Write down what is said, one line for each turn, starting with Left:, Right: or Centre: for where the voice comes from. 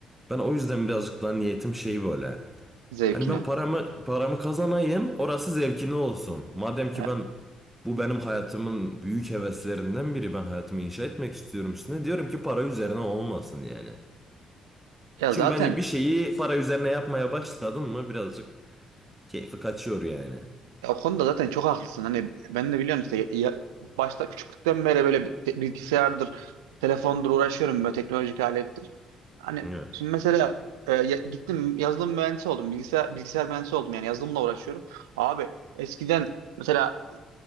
Centre: Ben o yüzden birazcık daha niyetim şey böyle.
Right: zevkine.
Centre: Hani ben paramı paramı kazanayım orası zevkine olsun. Madem ki
Right: E,
Centre: ben bu benim hayatımın büyük heveslerinden biri ben hayatımı inşa etmek istiyorum üstüne diyorum ki para üzerine olmasın yani.
Right: Ya
Centre: Çünkü
Right: zaten
Centre: bence bir şeyi para üzerine yapmaya başladın mı birazcık keyfi kaçıyor yani.
Right: ya o konuda zaten çok haklısın. Hani ben de biliyorsun işte ya- başta küçüklükten beri böyle bi- te- bilgisayardır, telefondur uğraşıyorum böyle teknolojik alettir. Hani
Centre: Hı.
Right: şimdi mesela e, ya- gittim yazılım mühendisi oldum. Bilgisayar bilgisayar mühendisi oldum yani yazılımla uğraşıyorum. Abi eskiden mesela